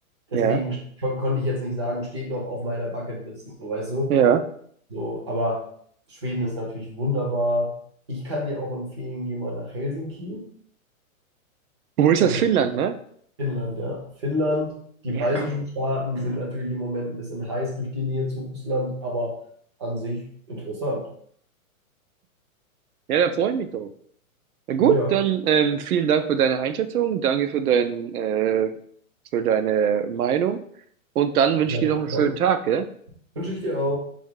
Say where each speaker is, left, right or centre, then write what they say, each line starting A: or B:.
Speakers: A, on the right; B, on the right.
A: Deswegen
B: ja,
A: kon konnte ich jetzt nicht sagen, steht noch auf meiner Bucketlist, so weißt du.
B: ja.
A: So, aber Schweden ist natürlich wunderbar. Ich kann dir auch empfehlen, geh mal nach Helsinki.
B: Wo ist
A: Also
B: das Finnland, ne?
A: Finnland, ja. Finnland. Die
B: Ja,
A: baltischen
B: da
A: Staaten sind natürlich im Moment ein bisschen heiß durch die Nähe zu Russland, aber an sich interessant.
B: Ja, da freue ich mich drauf. Na gut,
A: Ja.
B: dann ähm, vielen Dank für deine Einschätzung, danke für dein, äh, für deine Meinung und dann wünsche
A: Ich habe
B: ich dir noch
A: zu
B: einen
A: danken.
B: schönen Tag, gell?
A: Wünsche ich dir auch.